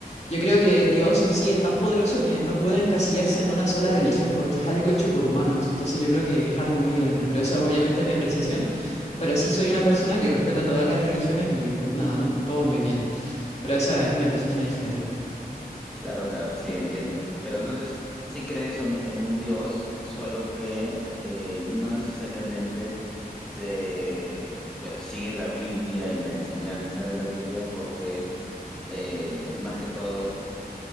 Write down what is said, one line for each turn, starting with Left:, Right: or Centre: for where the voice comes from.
Left: yo creo que Dios en sí es tan poderoso que no puede encasillarse en una sola religión porque es algo hecho por humanos. Entonces yo creo que es algo muy grande. Pero esa es obviamente mi apreciación. Pero sí soy una persona que respeta todas las religiones y pues nada, ¿no? Todo muy bien. Pero esa es mi apreciación en general.
Centre: Claro, claro, sí, entiendo. Pero entonces, sí crees un- en un Dios, solo que eh, no necesariamente te, eh, bueno, sigues la Biblia y la enseñanza de la Biblia porque eh, más que todo,